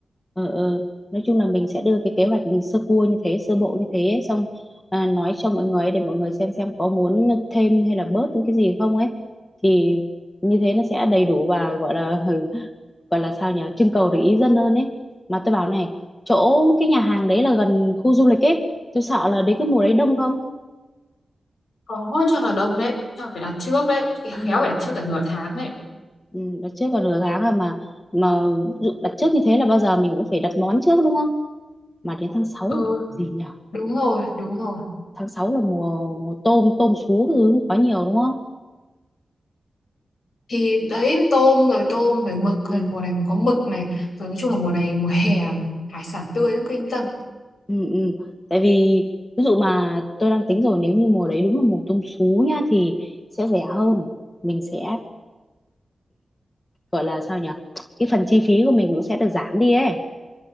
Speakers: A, on the left; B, on the left.
A: Ờ, ờ. Nói chung là mình sẽ đưa cái kế hoạch sơ cua như thế, sơ bộ như thế ấy, xong à, nói cho mọi người để mọi người xem xem có muốn thêm hay là bớt những cái gì không ấy. Thì như thế nó sẽ đầy đủ và gọi là ừ, gọi là sao nhỉ trưng cầu để ý dân hơn ấy mà tôi bảo này chỗ cái nhà hàng đấy là gần khu du lịch ấy tôi sợ là đến cái mùa đấy đông không
B: có chắc là đông đấy chắc là phải đặt trước đấy khéo
A: ừ,
B: phải đặt trước cả nửa tháng đấy
A: ừ, đặt trước còn nửa tháng rồi mà mà dự- đặt trước như thế là bao giờ mình cũng phải đặt món trước đúng không mà đến tháng sáu
B: ừ
A: là gì nhỉ
B: đúng rồi đúng rồi
A: tháng 6 là mùa mùa tôm tôm sú cái thứ quá nhiều đúng không
B: thì đấy tôm rồi tôm rồi mực rồi
A: ừ,
B: mùa này còn có mực này rồi nói chung là mùa này mùa hè mà, hải sản tươi lắm, cứ yên tâm
A: ừ, ừ. tại vì ví dụ mà tôi đang tính rồi nếu như mùa đấy đúng là mùa tôm sú nhá thì sẽ rẻ hơn mình sẽ gọi là sao nhỉ cái phần chi phí của mình cũng sẽ được giảm đi ấy